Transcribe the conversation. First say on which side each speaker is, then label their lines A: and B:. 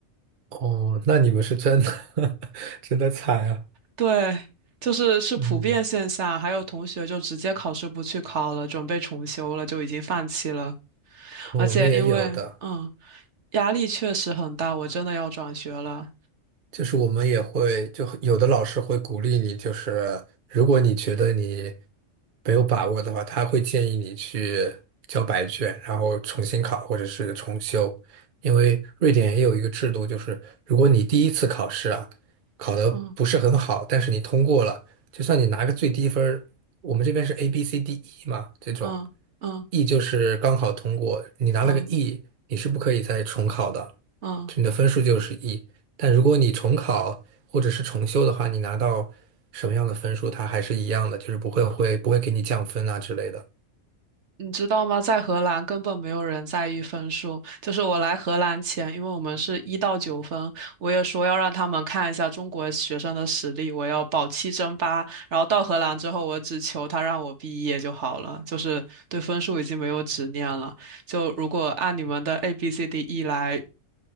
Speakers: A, on the right (about 45°); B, on the right (about 65°).
A: 哦，那你们是真的 <laughs> 真的惨啊。
B: 对，就是是普遍现象，
A: 嗯，
B: 还有同学就直接考试不去考了，准备重修了，就已经放弃了。
A: 我们也有的。
B: 而且因为嗯，压力确实很大，我真的要转学了。
A: 就是我们也会，就有的老师会鼓励你，就是如果你觉得你没有把握的话，他会建议你去交白卷，然后重新考或者是重修。因为瑞典也有一个制度，就是如果你第一次考试啊考得不是很好，
B: 嗯
A: 但是你通过了，就算你拿个最低分儿我们这边是 A、B、C、D、E 嘛，这种。
B: 嗯嗯
A: E 就是刚好通过，你拿了个
B: 嗯嗯。
A: E，你是不可以再重考的，
B: 嗯
A: 就你的分数就是 E。但如果你重考或者是重修的话，你拿到什么样的分数，它还是一样的，就是不会会不会给你降分啊之类的。
B: 你知道吗？在荷兰根本没有人在意分数。就是我来荷兰前，因为我们是一到九分，我也说要让他们看一下中国学生的实力，我要保七争八。然后到荷兰之后，我只求他让我毕业就好了，就是对分数已经没有执念了。就如果按你们的 A B C D E 来